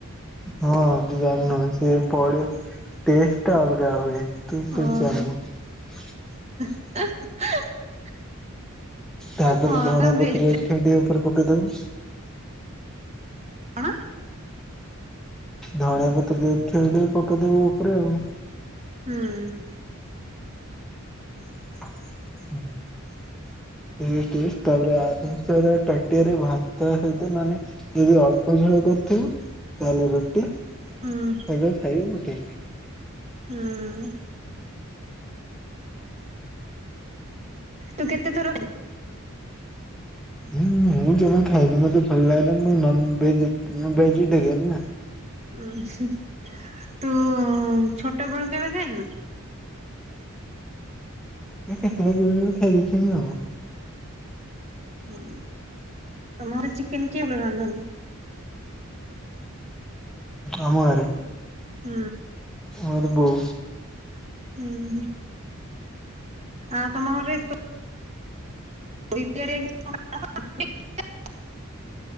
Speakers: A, in the centre; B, on the right.
A: ହଁ ତୁ ଜାଣିନୁ ବେ ସେ‌ ପଡେ ଟେଷ୍ଟ ଟା ଅଲଗା ହୁଏ। ତୁ ତୁ
B: ଓହୋ।
A: ଯା <unintelligible>
B: <unintelligible>
A: ତାପରେ
B: ହଁ
A: ଧଣିଆ
B: ତମେ ଭେଜ
A: ପତ୍ରରେ <unintelligible> ଉପରେ ପକେଇ ଦବୁ।
B: କଣ?
A: ଧଣିଆ ପତ୍ର ଯଦି ଥିବ ଟିକେ ପକେଇଦବୁ ଉପରେ ଆଉ
B: ହୁଁ।
A: <inaudible> <unintelligible> ତାପରେ ଆରାମ ସେ ପୁରା ଟାଟିଆରେ ଭାତ ସହିତ ନହେଲେ ଯଦି ଅଳ୍ପ ଝୋଳ କ କରିଥିବ ତାହେଲେ ରୁଟି ହେବେ
B: ହୁଁ
A: ଖାଇବ ଉଠିବୁ।
B: ହୁଁ ତୁ କେତେ ଥର
A: ହୁଁ ମୁଁ ଜମା ଖାଏନି ମତେ ଭଲ ଲାଗେନା ମୁଁ ନନ୍ଭେଜ୍ ମୁଁ ଭେଜିଟରିଆନ୍ ନା।
B: ଉଁ ହୁଁ ତୁ ଛୋଟ ବେଳୁ କେବେ ଖାଇନୁ?
A: ଏ କେତେବେଳେ କେମିତି ଗୋଟେ ଖାଇଦଉଥିବି ଆଉ।
B: ହୁଁ ତମ ଘର ଚିକେନ କିଏ ଭଲ ରାନ୍ଧନ୍ତି।
A: ଆମ ଘରେ
B: ହୁଁ।
A: ମୋର ବୋଉ
B: ହୁଁ ହୁଁ ଆଉ ତମ ଘରେ ଏତ <inaudible>